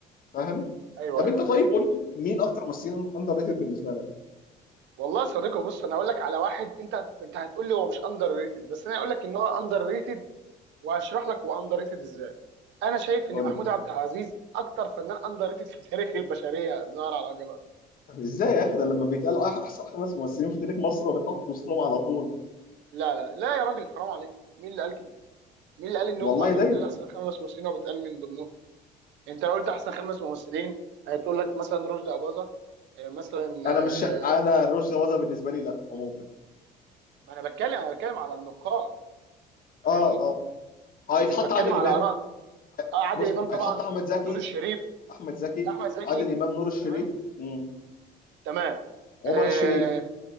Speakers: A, on the left; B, on the right.
A: فاهم
B: ايوه
A: طب
B: ايوه
A: انت طيب
B: أيوة.
A: قول لي مين اكتر ممثلين اندر ريتد بالنسبه لك
B: والله يا صديقي بص انا هقول لك على واحد انت انت هتقول لي هو مش اندر ريتد بس انا هقول لك ان هو اندر ريتد وهشرح لك هو اندر ريتد ازاي انا شايف
A: قول
B: ان محمود
A: لي
B: عبد العزيز اكتر فنان اندر ريتد في تاريخ البشريه ظهر على وجه الارض
A: طب ازاي يا اخي ده لما بيتقال أح- احسن خمس ممثلين في تاريخ مصر وبيتحطوا وسطهم على طول
B: لا لا لا يا راجل حرام عليك مين اللي قال كده مين اللي قال ان
A: والله
B: هم ما
A: دايما
B: بيتقال احسن خمس ممثلين وبيتقال من ضمنهم انت لو قلت احسن خمس ممثلين هتقول لك مثلا رشدي اباظه آه، مثلا
A: انا
B: آه،
A: مش انا رشدي أباظة بالنسبه لي لا عموما
B: ما انا بتكلم انا بتكلم على النقاد فاهمني
A: اه اه
B: انا
A: هيتحط
B: مش بتكلم
A: عادل
B: على
A: امام
B: اراء آه، عادل
A: بص
B: امام طبعا
A: هيتحط احمد زكي
B: نور الشريف
A: احمد زكي
B: احمد زكي
A: عادل امام نور الشريف
B: تمام
A: مم.
B: تمام
A: عمر
B: اه
A: الشريف